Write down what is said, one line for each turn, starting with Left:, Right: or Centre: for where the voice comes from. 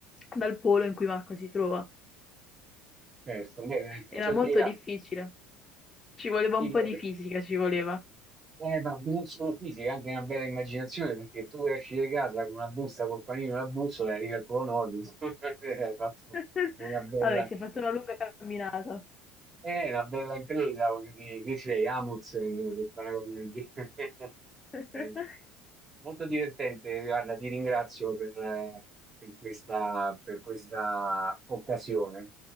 Left: dal polo in cui Marco si trova.
Right: certo, beh, comincia
Left: Era
Right: a
Left: molto
Right: girare.
Left: difficile, ci voleva
Right: Sì,
Left: un po'
Right: beh,
Left: di
Right: que-
Left: fisica, ci voleva.
Right: eh, ma non solo fisica, anche una bella immaginazione, perché tu esci di casa con una busta col panino e la bussola e arrivi al Polo Nord, insomma, <laughs> hai fatto
Left: <laughs>
Right: una bella...
Left: Vabbè, si è fatto una lunga camminata.
Right: È una bella impresa, voglio dire, chi sei? Amundsen per fare una cosa del genere. <laughs> Va
Left: <laughs>
Right: Bene. Molto divertente, guarda, ti ringrazio per, eh, per questa, per questa occasione.